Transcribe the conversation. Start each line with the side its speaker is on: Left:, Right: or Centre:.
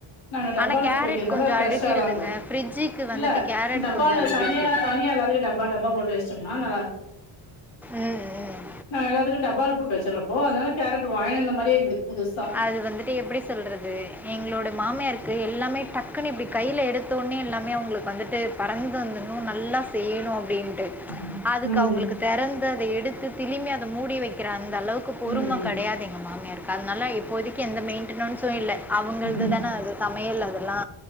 Left: நாங்க டப்பால
Centre: ஆனா கேரட்
Left: போட்டு வெக்கறதுனால
Centre: கொஞ்சோ
Left: ஃப்ரெஷ்ஷா
Centre: அழுகிடுதுங்க
Left: தாங்றோ
Centre: ஃப்ரிட்ஜுக்கு வந்துட்டு
Left: இல்ல
Centre: கேரட்
Left: டப்பால
Centre: கொஞ்சோ அழுகிடுது
Left: தனியா தனியா எல்லாருக்கு டப் பா டப்பா போட்டு வச்டோன்னா நல்லார்க்
Centre: ம் ம்
Left: நாங்க எல்லாத்துக்கு டப்பால போட்டு வச்சிருப்போ அதனால கேரட் வாங்கினுவந்தமாறியே இருக்குது புதுசா
Centre: அது வந்துட்டு எப்டி சொல்றது எங்களோட மாமியாருக்கு எல்லாமே டக்குன்னு இப்டி கைல எடுத்த உட்னே எல்லாமே அவுங்களுக்கு வந்துட்டு பறந்து வந்துடனும் நல்லா செய்யனும் அப்டின்ட்டு
Left: ம்
Centre: அதுக்கு
Left: ம்
Centre: அவுங்களுக்கு தெறந்து அத எடுத்து திரும்பி அத மூடி வைக்கிற அந்த அளவுக்கு பொறும
Left: ம்
Centre: கெடையாது எங்க மாமியாருக்கு அதனால இப்போதக்கி எந்த மெயின்டனன்ஸ்சும் இல்ல அவுங்கள்துதானே
Left: ம்
Centre: அது சமையல் அதெல்லா